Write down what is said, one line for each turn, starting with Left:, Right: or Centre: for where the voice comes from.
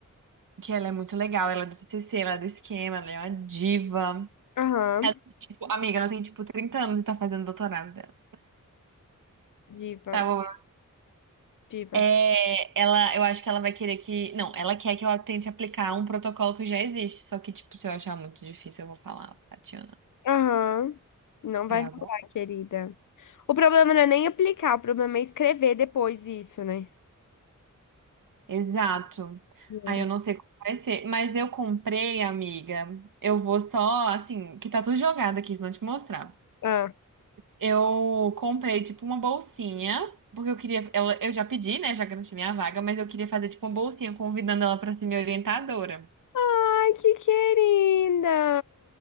Right: que ela é muito legal, ela é do TCC, ela é do esquema, ela é uma diva.
Left: aham.
Right: Tipo, amiga, ela tem tipo 30 anos e tá fazendo doutorado dela.
Left: Diva,
Right: Tá bom.
Left: diva.
Right: É, ela, eu acho que ela vai querer que. Não, ela quer que eu tente aplicar um protocolo que já existe. Só que, tipo, se eu achar muito difícil, eu vou falar, Tatiana.
Left: Aham. Não vai
Right: Criar
Left: rolar,
Right: algum?
Left: querida. O problema não é nem aplicar, o problema é escrever depois isso, né?
Right: Exato.
Left: Juro.
Right: Aí eu não sei como vai ser. Mas eu comprei, amiga. Eu vou só, assim, que tá tudo jogado aqui, se não te mostrar.
Left: Ah.
Right: Eu comprei, tipo, uma bolsinha, porque eu queria. Eu, eu já pedi, né? Já garanti minha vaga, mas eu queria fazer, tipo, uma bolsinha, convidando ela pra ser minha orientadora.
Left: Ai, que querida!